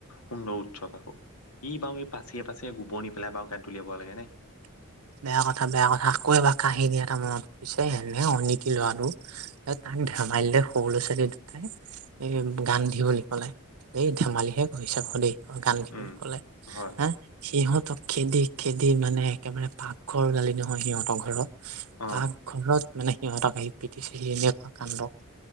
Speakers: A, on the left; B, on the right.
A: সুন্দৰ উৎসৱ আকৌ ই বাৰু এই পাচিয়ে পাচিয়ে গোবৰ নি পেলাই বাৰু গাত দলিয়াব লাগেনে
B: বেয়া কথা বেয়া কথা আকৌ এবাৰ কাহিনী এটা মনত পৰিছে হেনে অনিতি ল'ৰাটো। তাক ধেমালিতে সৰু ল'ৰা ছোৱালী দুটাই এ গান্ধি বুলি কলে এই ধেমালিহে কৰিছে আকৌ দেই গান্ধী
A: উম
B: বুলি কলে
A: হয় হয়
B: হা সিহঁতক খেদি খেদি মানে একেবাৰে- পাকঘৰ ওলালি নহয় সিহঁতৰ ঘৰত
A: অ
B: পাক ঘৰত মানে সিহঁতক আহি পিটিছে সি এনেকুৱা কাণ্ড